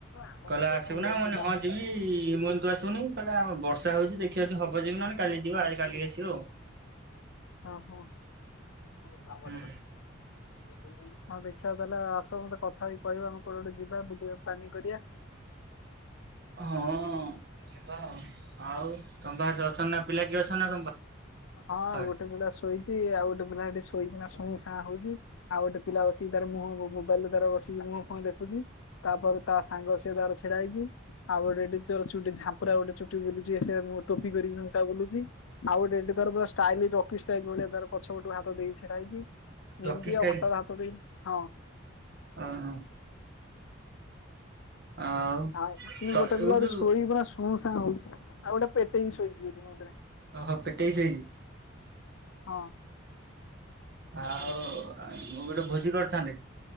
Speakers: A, on the left (about 75°); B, on the right (about 50°).
A: ଆଉ
B: କହିଲା
A: ଦେଖିବା
B: ଆସିବୁ ନା ମୁଁ କଇଲି ହଁ ଯିମି ମୁଁ କଇଲି ତୁ ଆସିବୁନି କି। କହିଲା ଆଉ ବର୍ଷା ହଉଛି ଦେଖିବା ଯଦି ହବ ଯିବି ନହଲେ କାଲି ଯିବା ଆ କାଲିିକି ଆସିବ ଆଉ ‌।
A: ଓ ହୋ
B: ହୁଁ
A: ଆ ଛୁଆ ତାହେଲେ ଆସୁ ମତେ କଥା ହେଇକି କହିବେ ଆମେ କୁଆଡେ ଗୋଟେ ଯିବା ବୁିଲିବା ପ୍ଲାନିଙ୍ଗ କରିବା।
B: ହଁ ଯିବା ଆଉ। ଆଉ ତମ ପାଖରେ କିଏ ଅଛନ୍ତି ନା ପିଲା କିଏ ଅଛନ୍ତି ନା ତମ ପାଖରେ।
A: ହଁ ଗୋଟେ ପିଲା ଶୋଇଛି ଆଉ ଗୋଟେ ପିଲା ଏଠି ଶୋଇକିନା ଶୁଇଁ ସାଁ ହଉଛି। ଆଉ ଗୋଟେ ପିଲା ବସିକି ତାର ମୁହଁ ମୋବାଇଲ ରେ ତାର ବସିକି ମୁହଁ ଫୁହଁ ଦେଖୁଛି। ତାପରେ ତା ସାଙ୍ଗ ସିଏ ତାର ଛିଡା ହେଇଛି ଆଉ ଗୋଟେ ଏଠି ଚୋର ଚୁଟି ଝାମ୍ପୁରା ଗୋଟେ ଚୁଟି ବୁଲୁ। <unintelligible> ଆଉ ଗୋଟେ ଏଠି ତାର ପୁର ଷ୍ଟାଇଲ ଜକି ଷ୍ଟାଇଲ ଭଳିଆ ତାର ପଛ ପଟୁ ହାତ ଦେଇ ଛିଡ଼ା ହେଇଛି।
B: ଜକି
A: ଏମିତି
B: ଷ୍ଟାଇଲି
A: ଆଉ ଅଣ୍ଟାରେ ହାତ ଦେଇକି ହଁ।
B: ଓ ହୋ। ଆଉ।
A: ଆଉ ଏ
B: ତ
A: ଗୋଟେ
B: ଏଉଠୁ
A: ପିଲା ଗୋଟେ ଶୋଇ କି ପୁରା ଶୁଁ ଶାଁ ହଉଛି ଆଉ ଗୋଟେ ପେଟେକି ଶୋଇଛି ମୋର କତିରେ।
B: ଓହୋ ପେଟେଇକି ଶୋଇଛି।
A: ହଁ।
B: ଆଉ ମୁଁ କଇଲି ଗୋଟେ ଭୋଜି କରିଥାନ୍ତେ।